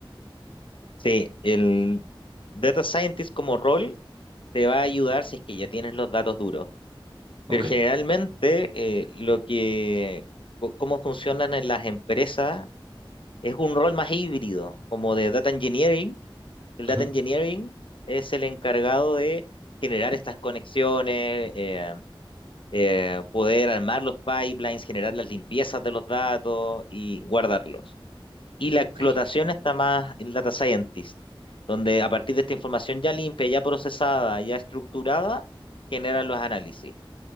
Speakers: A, on the left; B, on the right.
A: Sí, el data scientist como rol te va a ayudar si es que ya tienes los datos duros
B: Ok.
A: Pero generalmente eh, lo que, co- cómo funcionan en las empresas es un rol más híbrido, como de data engineering. El
B: Ujú.
A: data engineering es el encargado de generar estas conexiones, eh, eh, poder armar los pipelines, generar las limpiezas de los datos y guardarlos. Y la explotación
B: Ok,
A: está más el data scientist, donde a partir de esta información ya limpia, ya procesada, ya estructurada, genera los análisis.